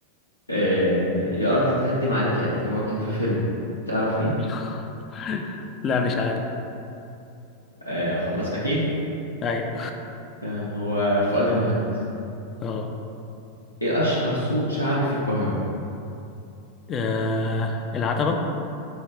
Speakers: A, on the left (about 85°); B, on the left (about 30°).
A: آه يا أرض تهدم عليك يا قد هو كان في فيلم تعرف مين
B: <laughs> لا مش عارف
A: آه خلاص أكيد
B: أيوة
A: تمام، هو فؤاد المهندس
B: أه
A: إيه أشهر سوق شعبي في القاهرة
B: آه، العتبة